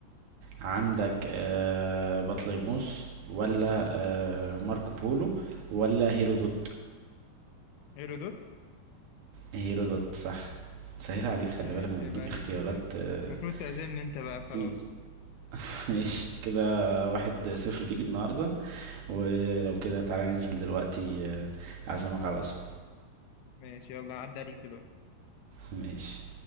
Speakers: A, on the right (about 65°); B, on the left (about 85°).
A: عندك آه، بطليموس ولا آه، ماركو بولو ولا هيرودوت
B: هيرودوت؟
A: هيرودوت صح سهل عليك خلي
B: ماشي
A: بالك انا
B: عيب
A: بديك
B: عليك
A: اختيارات آه،
B: المفروض تعزمني أنت بقى
A: نسيت
B: خلاص
A: <laughs> ماشي كده واحد صفر ليك النهاردة ولو كده تعالى ننزل دلوقتي آه، اعزمك على القصب
B: ماشي يلا عدى عليك دلوقتي
A: ماشي